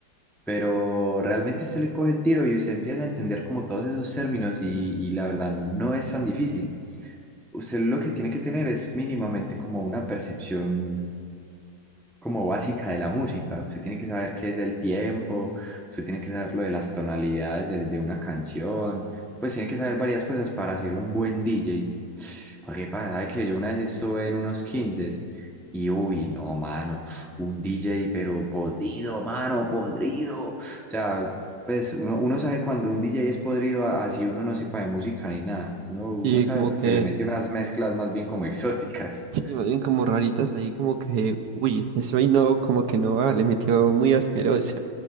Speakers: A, in the centre; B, on the right (about 70°).
A: pero realmente usted le coge el tiro y usted empieza a entender como todos esos términos y, y la verdad no es tan difícil. Usted lo que tiene que tener es mínimamente como una percepción como básica de la música. Usted tiene que saber qué es el tiempo, usted tiene que saber lo de las tonalidades de, de una canción, pues tiene que saber varias cosas para ser un buen DJ. Porque pasa, sabe que yo una vez estuve en unos 15 y uy, no, mano, un DJ pero podrido, mano, podrido. O sea, pues uno, uno sabe cuando un DJ es podrido, a- así uno no sepa de música ni nada. Uno, uno
B: Y
A: sabe
B: como
A: porque
B: que,
A: le mete unas mezclas más bien como <laughs> exóticas.
B: sí, más bien como raritas ahí, como que, uy, eso ahí no, como que no, va, le metió muy asqueroso.